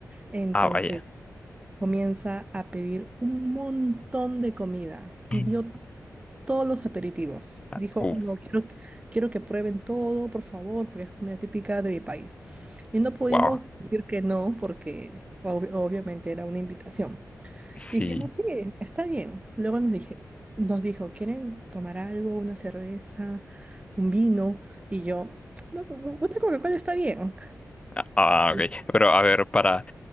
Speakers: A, on the right; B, on the left.
A: Entonces,
B: Ah, vaya.
A: comienza a pedir un montón de comida. Pidió
B: Mm.
A: todos los aperitivos.
B: Ah,
A: Dijo,
B: Uf.
A: no, quiero, que- quiero que prueben todo, por favor, porque es comida típica de mi país. Y no pudimos
B: Wow,
A: decir que no, porque ob- obviamente era una invitación. Dijimos,
B: sí.
A: sí, está bien. Luego nos dije, nos dijo, ¿quieren tomar algo? ¿Una cerveza? ¿Un vino? Y yo, no, una Coca-Cola está bien.
B: Ah,
A: Y-
B: ok. Pero a ver, para,